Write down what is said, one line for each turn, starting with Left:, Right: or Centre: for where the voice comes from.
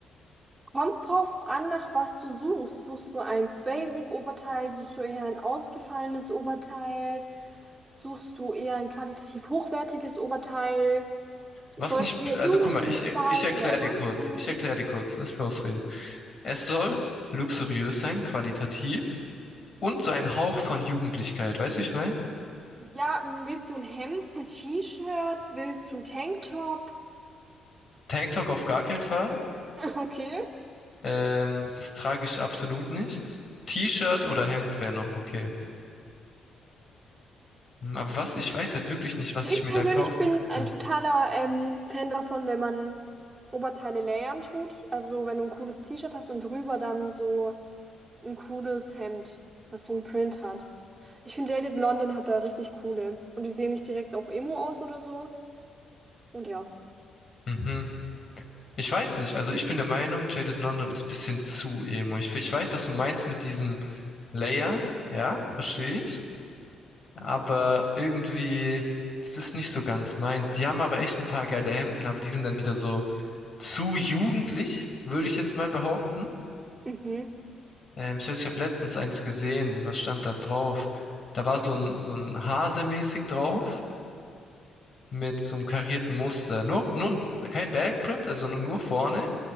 Right: Kommt drauf an, nach was du suchst. Suchst du ein Basic-Oberteil, suchst du eher ein ausgefallenes Oberteil, suchst du eher ein qualitativ hochwertiges Oberteil?
Left: Was
Right: Soll
Left: nicht,
Right: es hier
Left: also
Right: jugendlich
Left: guck mal, ich, ich
Right: sein
Left: erkläre
Right: oder erwachsen?
Left: dir kurz, ich erkläre dir kurz, lass mich ausreden. Es soll luxuriös sein, qualitativ und so ein Hauch von Jugendlichkeit, weißt du, wie ich meine?
Right: Ja, willst du ein Hemd, ein T-Shirt? Willst du ein Tanktop?
Left: Tanktop auf gar keinen Fall,
Right: <laughs> Okay.
Left: ähm, das trage ich absolut nicht. T-Shirt oder Hemd wäre noch okay. Hm, Aber was, ich weiß halt wirklich nicht, was
Right: Also ich
Left: ich mir
Right: persönlich
Left: da kaufen
Right: bin
Left: könnte.
Right: ein totaler ähm, Fan davon, wenn man Oberteile layern tut. Also wenn du ein cooles T-Shirt hast und drüber dann so ein cooles Hemd, das so einen Print hat. Ich finde Jaded Blondin hat da richtig coole. Und die sehen nicht direkt auch Emo aus oder so. Und ja.
Left: Mhm. Ich weiß nicht, also ich bin der Meinung, Jaded London ist bisschen zu emo. Ich, ich weiß, was du meinst mit diesem Layer, ja, verstehe ich. Aber irgendwie, das ist nicht so ganz meins. Die haben aber echt ein paar geile Hemden, aber die sind dann wieder so zu jugendlich, würde ich jetzt mal behaupten.
Right: Mhm.
Left: Ähm, ich weiß, ich habe letztens eins gesehen. Was stand da drauf? Da war so ein, so ein Hase mäßig drauf mit so einem karierten Muster. Nur, nur kein Backprint, also nur, nur vorne.